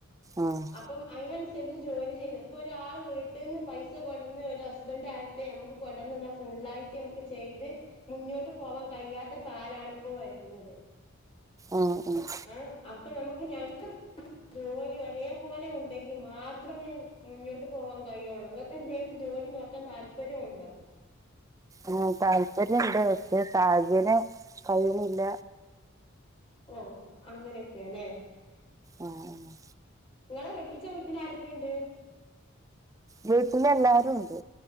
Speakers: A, on the right; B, on the left.
A: ആഹ്
B: അപ്പം.. അയിനനുസരിച്ച് ജോലി ചെയ്ത് ഇപ്പൊ ഒരാൾ വീട്ടിന്ന് പൈസ കൊടന്ന് ഒരു ഹസ്ബൻഡ ആകട്ടെ നമുക്ക്. കൊടന്ന്ന്ന ഫുള്ളായിട്ട് നമുക്ക് ചെയ്ത് മുന്നോട്ട് പോവാൻ കഴിയാത്ത കാലണി ഇപ്പോ വരുന്നത്
A: ആഹ് ആഹ്
B: ഏഹ് അപ്പ നമുക്ക് ഞൻ ജോലി ഒരേ പോലെ ഉണ്ടെങ്കി മാത്രമേ മുന്നോട്ട് പോവാൻ കഴിയുള്ളൂ അ.. ങ്ങക്കെന്തേലും ജോലി നോക്കാൻ താല്പര്യം ഉണ്ടോ?
A: ആഹ് താല്പര്യംണ്ട് പക്ഷെ സാഹചര്യം കഴിയുന്നില്ല
B: ഓഹ് അങ്ങനെക്കെല്ലെ
A: ആഹ് ആഹ്
B: ഇങ്ങളെ കെട്ടിച്ച വീട്ടിൽ ആരൊക്കെയണ്ട്
A: വീട്ടിലെല്ലാരും ഉണ്ട്